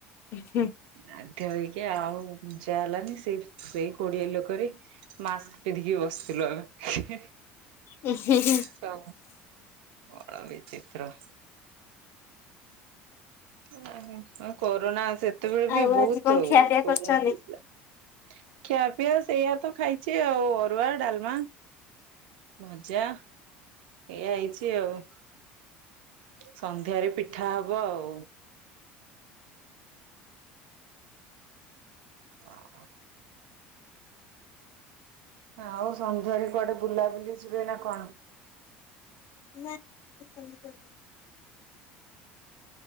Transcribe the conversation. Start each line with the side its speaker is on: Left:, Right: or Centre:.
Left: ହୁଁ
Right: ବାଧ୍ୟ ହେଇକି ଆଉ ଘୁଞ୍ଚା ହେଲାନି ସେ ସେଇ କୋଡିଆ ଲୋକରେ ମାସ୍କ ପିନ୍ଧିକି ବସିଥିଲୁ ଆମେ ହେ ହେ।
Left: ହୁଁ ହୁଁ ହୁଁ
Right: ତ ବଡ ବିଚିତ୍ର। ନାହିଁ କରୋନା ସେତେବେଳେ
Left: ଆଉ
Right: ବି ବହୁତ
Left: ଆଜି କଣ
Right: ପ୍ରୋବ୍ଲେମ
Left: ଖିଆ ପିଆ କରିଛନ୍ତି?
Right: ହେଇଥିଲା। ଖିଆପିଆ ସେଇଆ ତ ଖାଇଛି ଆଉ ଅରୁଆ ଡାଲମା ଭଜା ଏଇଆ ହେଇଛି ଆଉ। ସନ୍ଧ୍ୟାରେ ପିଠା ହବ ଆଉ। ଓ ହୋ। ଆଉ ସନ୍ଧ୍ୟାରେ କୁଆଡେ ବୁଲାବୁଲି ଯିବେ ନା କଣ?
Left: ନା ଯିବିନି କୁଆଡେ।